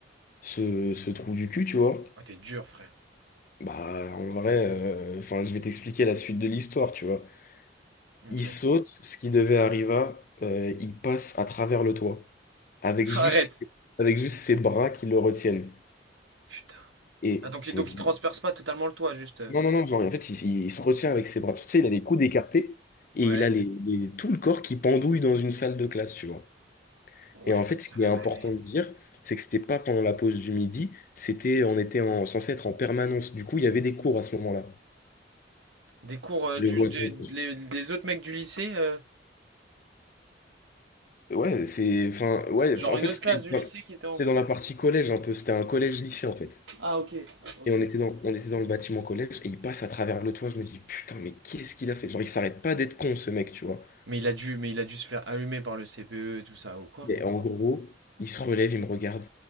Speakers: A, on the left; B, on the right.
A: ce, ce trou du cul, tu vois.
B: Ouais, t'es dur, frère.
A: Bah, en vrai, euh, enfin, je vais t'expliquer la suite de l'histoire, tu vois.
B: Ok.
A: Il saute, ce qui devait arriver, euh, il passe à travers le toit, avec juste,
B: <laughs> Arrête.
A: avec juste ses bras qui le retiennent.
B: Putain.
A: Et
B: Ah, donc,
A: je
B: donc
A: me dis,
B: il transperce pas totalement le toit, juste. euh.
A: Non, non, non, genre, en fait, il, il il se retient avec ses bras. Tu sais, il a les coudes écartés et
B: Ouais.
A: il a les, les- tout le corps qui pendouille dans une salle de classe, tu vois.
B: Ouais,
A: Et en
B: putain,
A: fait, ce qui
B: la
A: est important
B: dinguerie.
A: de dire, c'est que c'était pas pendant la pause du midi, c'était, on était en, censé être en permanence. Du coup, il y avait des cours à ce moment-là.
B: Des cours euh,
A: Je
B: du,
A: les vois.
B: de-
A: tout-
B: les- des autres mecs du lycée, euh,
A: Ouais, c'est, enfin, ouais,
B: genre
A: enfin, en
B: une
A: fait,
B: autre
A: c'était
B: classe du
A: dans,
B: lycée qui était en
A: c'était
B: cours.
A: dans la partie collège un peu. C'était un collège-lycée, en fait.
B: Ah, ok. Ok,
A: Et on était
B: ok.
A: dans, on était dans le bâtiment collège et il passe à travers le toit. Je me dis, putain, mais qu'est-ce qu'il a fait? Genre, il s'arrête pas d'être con, ce mec, tu vois.
B: Mais il a dû, mais il a dû se faire allumer par le CPE, et tout ça, ou quoi?
A: Mais en gros, il se relève, il me regarde.